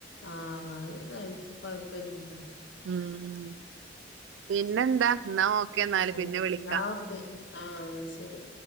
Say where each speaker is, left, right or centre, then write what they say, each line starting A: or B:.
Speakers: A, on the left; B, on the right.
A: ആഹ് അത് നെൽത്ത് കൊഴപ്പല്ലല്ലോ
B: ഉം പിന്നെ എന്താ ന്നാ ഓക്കേ ന്നാല്
A: ആഹ്
B: പിന്നെ വിളിക്ക
A: എന്നാ ഓക്കെ ആഹ് ശെരി